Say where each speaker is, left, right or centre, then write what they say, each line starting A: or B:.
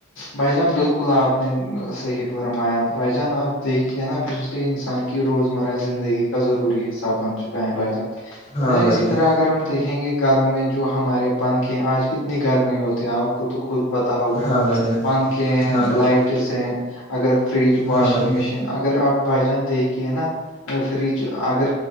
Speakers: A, on the left; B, on the left.
A: بھائی جان بالکل آپ نے صحیح فرمایا بائی جان آپ دیکھیے نا بجلی انسان کہہ روز مرہ زندگی کا ضروری حساب بن چ کہ بجیں
B: ہاں
A: یا
B: بھائی
A: اسی
B: جان
A: طرح اگر ہم دیکھیں گے گھروں میں جو ہمارے پنکھے ہیں آج کتنی گرمی ہوتے ہیں آپ کو تو خود پتا ہوگا
B: ہاں بھائی جان
A: پنکھے ہیں
B: ہاں بھائی
A: لائٹس ہیں اگر فریج واشنگ
B: ہاں بھائی جان
A: مشین اگر آپ بائی چانس دیکھیے نا فریج اگر